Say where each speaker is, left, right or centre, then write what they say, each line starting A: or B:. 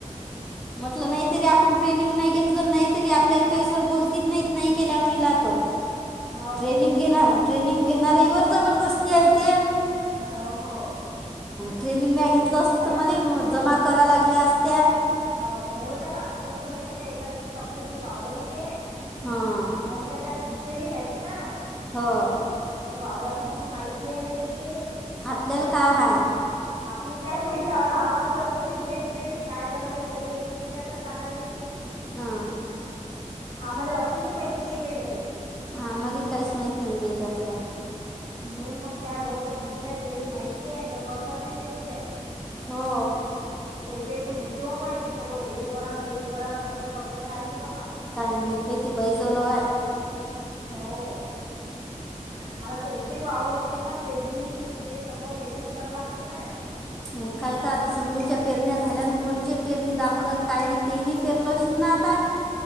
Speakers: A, in the centre; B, on the right.
A: म्हटलं नाही तरी अपुन ट्रेनिंग नाही घेत. टल नाही तरी आपल्याला काही सर बोलतील <unintelligible> न्हईत नही केला बिल तो
B: हो
A: ट्रेनिंग घेना. ट्रेनिंग घेणारीवरी वर जबरदस्ती हाय ते
B: हो हो.
A: ट्रेनिंग म्या घेतलं असतं
B: त्या
A: तर मली जमा करा लागल्या असत्या.
B: हाव नही ओ त्या काकू कसं माहितय, का एखाद्याशी काकूसारखं वावरहीये अनं
A: हां
B: त्या त्यात घुसेली हायत ना,
A: हो.
B: ते वावराची पूर्ण माहितीय ना, त्यानले
A: आपल्याला काय हाय?
B: आपल्याला काय माहित आम्हाला तर काहीच माहित न्हई काय करलं त्या तई एक एक विचारतात दादाली
A: हा
B: आमाले असूनही मइत नई काय घरी
A: आम्हाले काहीच महीत नई बई त्यातलं.
B: म्हणून मग त्या बरोबर घुसेला त्याले माहितीय, आणि त्या कोर्टातल्या बई हुत्या.
A: हो.
B: त्याच्या कोण होतियो माहितीय, सगळं हे करान तेही करान, कसं काय करतात काय माहित बाबा
A: काय मईत बई बाई जवलोग हाय.
B: हो आता त्यायची वावर असशील ना, पेरणी हे ते सगळं त्यालेच करा लागती ना,
A: मग काय तर आता सगळीच्या पेरण्या झाल्यान. कोणची पेरणी दाखवतात. काय मी तेनी पेरलोशिन ना, आता